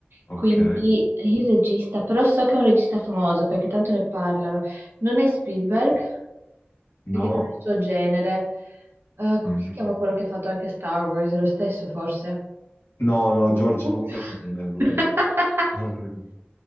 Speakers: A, on the left; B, on the right.
A: Ok.
B: quindi il regista, però so che è un regista famoso perché tanto ne parlano. Non è Spielberg,
A: No.
B: perché non è il suo genere. Eh, come
A: Mhm.
B: si chiama quello che ha fatto anche Star Wars? È Lo stesso, forse?
A: No, no, George
B: Ups.
A: Lucas, ma non è lui.
B: <laughs>
A: <laughs>